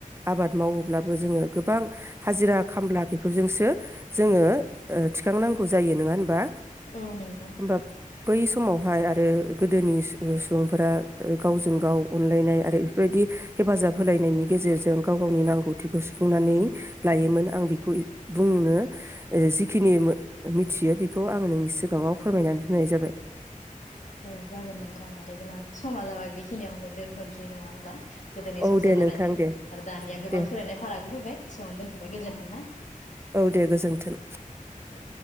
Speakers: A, on the right; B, on the left.
A: आबाद मावोब्लाबो जोङो गोबां हाजिरा खामला बेफोरजोंसो जोङो ओ थिखांनांगौ जायो नोङा होनबा?
B: औ नंगौ।
A: होमबा बै समावहाय आरो गोदोनि सु-सुबुंफोरा गावजों गाव अनलायनाय आरो बेफोरबायदि हेफाजाब होलायनायनि गेजेरजों गाव गावनि नांगौथिखौ सुफुंनानै लायोमोन आं बेखौ बुंनो जिखिनि मि -मिथियो। बेखौ आं नोंनि सिगाङाव फोरमायनानै होनाय जाबाय।
B: औ जागोन नोंथां आरो जोंना समा जाबाय बेखिनियावनो दोनथ'नोसै नङा होनब्ला? गोदोनि
A: औ
B: संसार
A: दे
B: जालायनाय
A: नोंथां दे
B: आरो दानिया गोबां
A: दे
B: सोलायनाय फारागबो फैबाय एसेयावनो दोनथ'बाय गोजोन्थों ना
A: औ दे गोजोन्थों
B: अ